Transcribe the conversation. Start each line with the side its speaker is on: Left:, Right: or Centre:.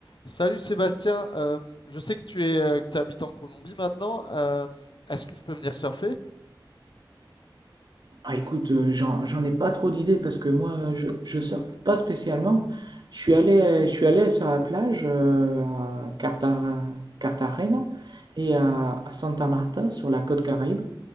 Left: Salut Sébastien, Euh, je sais que tu es, euh, que tu habites en Colombie maintenant. Euh, est-ce que je peux venir surfer?
Right: Ah, écoute, euh, j'en, j'en ai pas trop d'idées parce que moi, euh, je, je surfe pas spécialement. Je suis allé, je suis allé sur la plage euh, à Cartagena, Cartagena et à, à Santa Marta sur la côte Caraïbe.